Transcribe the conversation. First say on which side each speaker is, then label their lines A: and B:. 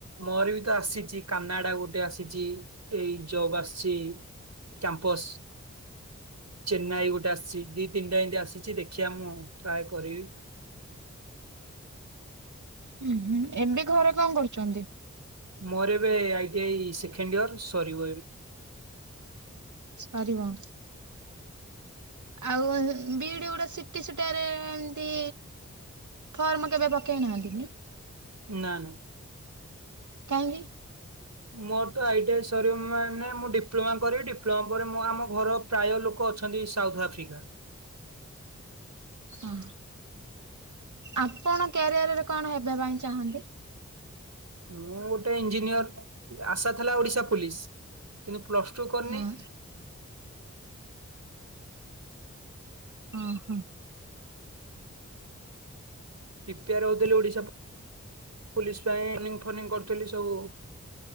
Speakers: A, on the right; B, on the right.
A: ମୋର ବି ତ ଆସିଚି କାନାଡ଼ା ଗୋଟେ ଆସିଚି ଏଇ ଜବ ଆସିଚି କ୍ୟାମ୍ପସ୍ ଚେନ୍ନାଇ ଗୋଟେ ଆସିଚି ଦି ତିନିଟା ଏମିତି ଆସିଚି ଦେଖିବା ମୁଁ ଟ୍ରାଏ କରିବି।
B: ହୁଁ ହୁଁ ଏବେ ଘରେ କଣ କରୁଚନ୍ତି?
A: ମୋର ଏବେ ଆଇଟି ଆଇ ସେକେଣ୍ଡ ଇୟର୍ ସରିବ ଏବେ।
B: ସରିବ? ଆଉ ବିଇଡ଼ି ଗୁଡ଼ା ସିଟି ସୁଟାରେ ଏମିତି ଫର୍ମ କେବେ ପକେଇ ନାହାନ୍ତି କି?
A: ନାଁ ନା।
B: କାହିଁକି?
A: ମୋର ତ ଆଇଟି ଆଇ ସରିବ ମାନେ ମୁଁ ଡିପ୍ଲୋମା କରିବି ଡିପ୍ଲୋମା ପରେ ମୁଁ ଆମ ଘର ପ୍ରାୟ ଲୋକ ଅଛନ୍ତି ସାଉଥ ଆଫ୍ରିକା।
B: ଓ ଆପଣ କ୍ୟାରିୟରରେ କଣ ହେବା ପାଇଁ ଚାହାଁନ୍ତି?
A: ମୁଁ ଗୋଟେ ଇଞ୍ଜିନିୟର ଆଶା ଥିଲା ଓଡ଼ିଶା ପୋଲିସ କିନ୍ତୁ ପ୍ଲସ ଟୁ କରିନି।
B: ହଁ ଅଁ ହଁ।
A: ପ୍ରିପ୍ରେୟାର ହୋଉଥିଲି ଓଡ଼ିଶା ପୋଲିସ ପାଇଁ ଟ୍ରେନିଂ ପ୍ରେନିଂ କରୁଥିଲି ସବୁ।